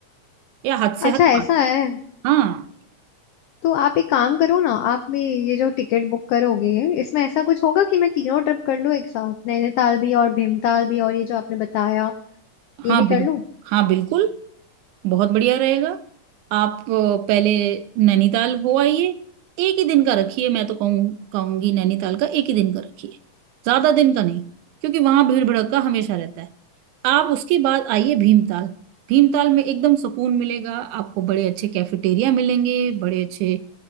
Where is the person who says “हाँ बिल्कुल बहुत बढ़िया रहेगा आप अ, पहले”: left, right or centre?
Right